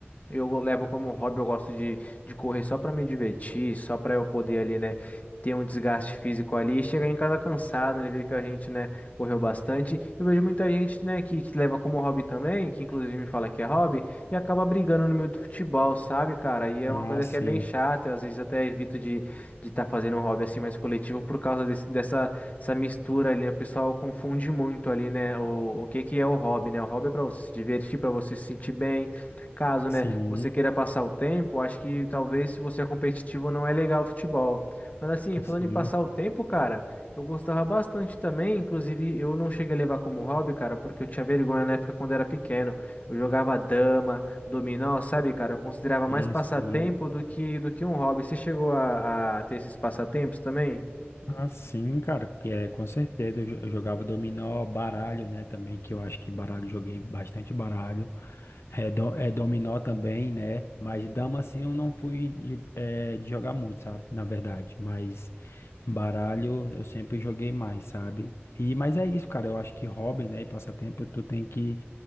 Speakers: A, on the left; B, on the left.
A: Eu levo como hobby, eu gosto de, de correr só para me divertir, só para eu poder ali, né, ter um desgaste físico ali, e chegar em casa cansado, né, ver que a gente, né, correu bastante. Eu vejo muita gente, né, que, que leva como hobby também, que inclusive me fala que é hobby, e acaba brigando no meio do futebol, sabe, cara? E é uma
B: Ah,
A: coisa
B: sim,
A: que é bem chata, eu às vezes até evito de de estar fazendo um hobby assim mais coletivo por causa desse, dessa essa mistura ali, né? O pessoal confunde muito ali, né, o, o que que é o hobby, né? O hobby é para você se divertir, para você se sentir bem, caso,
B: sim,
A: né? você queira passar o tempo, acho que talvez se você é competitivo não é legal o futebol. Mas assim, falando
B: sim,
A: em passar o tempo, cara, eu gostava bastante também, inclusive eu não cheguei a levar como hobby, cara, porque eu tinha vergonha na época quando era pequeno. Eu jogava dama, dominó, sabe, cara, eu considerava
B: sim,
A: mais passatempo
B: sim.
A: do que do que um hobby. Você chegou a, a ter esses passatempos também?
B: Ah, sim, cara, que é, com certeza. Eu, jo- eu jogava dominó, baralho, né? Também, que eu acho que baralho, joguei bastante baralho. É, do- é dominó também, né? Mas dama, assim, eu não fui de, é, de jogar muito, sabe? Na verdade. Mas baralho eu sempre joguei mais, sabe? E, mas é isso, cara. Eu acho que hobby, né? E passatempo, tu tem que,